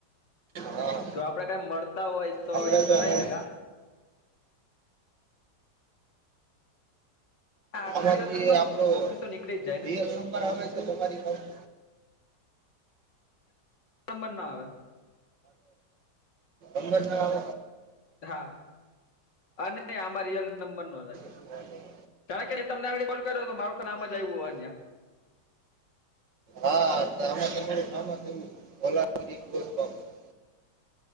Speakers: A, on the right (about 85°); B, on the left (about 85°).
A: હા
B: જો આપડે કઈ મળતા હોય તો
A: આપણે
B: એઈ કરાય
A: હું
B: ને કા. આ આખા
A: આપણે
B: દિવસમાં
A: <unintelligible> યે આપડોલ
B: તો નીકળી જ જાય ને
A: એ નંબર આવે છે તમારી ઉપર.
B: નંબર ના આવે.
A: નંબરના
B: હા અને આમાં રયલ નંબર નો જાય.
A: રહેલી
B: કારણ કે તમને આઈડી કોલ કરો તો મારું કા નામ જ આવ્યું હોય ત્યાં.
A: હા તમે તમારું નામ જ એવું <unintelligible>